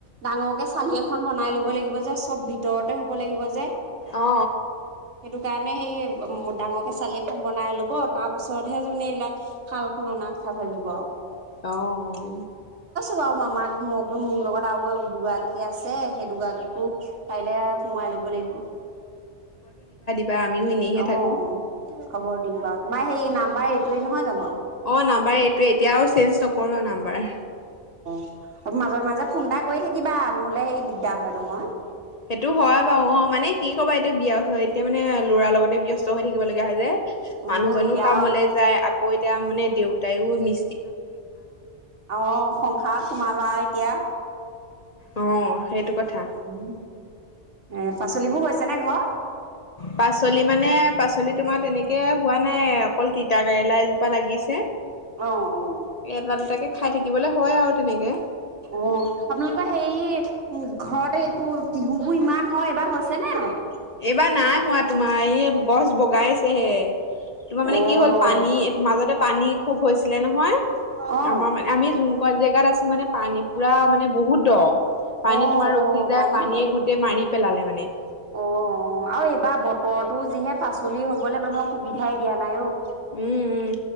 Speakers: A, on the right; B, on the left.
A: ডাঙৰকে চালি এখন বনাই ল'ব লাগিব যে, চব ভিতৰতে হ'ব লাগিব যে। সেইটো
B: অ
A: কাৰণে সেই অ' ডাঙৰকে চালি এখ বনাই ল'ব তাৰ পিছতহে যেনিবা এইবিলাক শালখন অনা কথা ভাবিব আৰু।
B: অ'।
A: বাৰ মামাক বোলো মোৰ লগত আৰু দুগৰাকী আছে সেই দুগৰাকীকো পাৰিলে সোমাই ল'ব লাগিব।
B: বা আমিও এনেইহে
A: অ
B: থাকোঁ।
A: অ খবৰ দিম বাৰু তোমাৰ সেই নাম্বাৰ এইটোয়ে নহয় জানো?
B: অ নাম্বাৰ এইটোয়ে এতিয়া আও চেঞ্জ নকৰোঁ আৰু নাম্বাৰ।
A: মাজৰ মাজে মাজে ফোন এটা কৰি থাকিবা, নহ'লে সেই দিগদাৰ হয় নহয়।
B: সেইটো হয় বাৰু অ- মানে কি ক'বা এইটো বিয়স হয় এতিয়া মানে ল'ৰাৰ লগতে ব্যস্ত হৈ থাকিব লগীয়া হৈ যায়
A: উম
B: মানুহজনো
A: এতিয়া
B: কামলৈ যায় আকৌ এতিয়া মানে দেউ তাইও মি
A: অহ-সংসাৰত সোমালা এতিয়া
B: অ সেইটো কথা।
A: উম এ পাচলিবোৰ হৈছে নে ঘৰত?
B: পাচলি মানে, পাচলি তোমাৰ তেনেকে হোৱা নাই, অকল তিতা কেৰেলা এজোপা লাগিছে।
A: অ অ
B: এটা দুটাকে খাই থাকিবলৈ হয় আৰু তেনেকে।
A: অ আপোনালোকৰ হেই উম ঘৰতে এইবোৰ তিহুবোৰ ইমান হয়, এইবাৰ হৈছে নাই?
B: এইবাৰ নাই হোৱা তোমাৰ এই গছ বগাইছেহে তোমাৰ মানে
A: অ',
B: কি হ'ল পানী মাজতে পানী খুব হৈছ ছিলে নহয়।
A: অ',
B: আমাৰ মানে আমি যোন কন জেগাত আছো মানে পানী পুৰা মানে বহুত <unintelligible> পানী
A: অ',
B: তোমাৰ ৰখি
A: অ',
B: যায়
A: পানী
B: পানীয়ে
A: হয়
B: গোটেই মাৰি পেলালে মানে?
A: অ আৰু এইবাৰ বতৰ তো যিহে পাচলি হ'বলে মানুহক সুবিধাই দিয়া নাই অ
B: উম উম